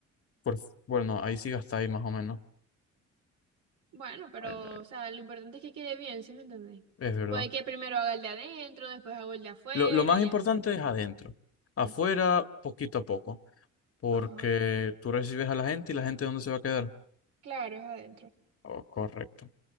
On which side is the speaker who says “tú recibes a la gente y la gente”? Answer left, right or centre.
Left